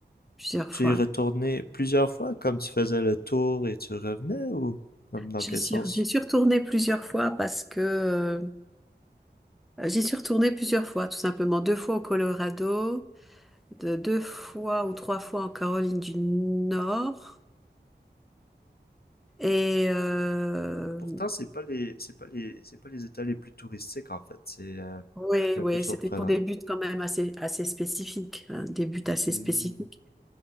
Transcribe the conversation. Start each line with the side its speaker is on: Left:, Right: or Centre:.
Centre: plusieurs
Left: tu
Centre: fois.
Left: es retourné plusieurs fois, comme tu faisais le tour et tu revenais, ou comme dans
Centre: Je
Left: quel
Centre: suis,
Left: sens?
Centre: j'y suis retournée plusieurs fois parce que euh, Euh, J'y suis retournée plusieurs fois, tout simplement. Deux fois au Colorado, de- deux fois ou trois fois en Caroline du Nord. Et euh,
Left: Pourtant, c'est pas les, c'est pas les, c'est pas les États les plus touristiques, en fait. C'est euh,
Centre: oui,
Left: c'est un
Centre: oui,
Left: peu surprenant.
Centre: c'était pour des buts quand même assez, assez spécifiques, hein, des buts assez
Left: Hmm.
Centre: spécifiques.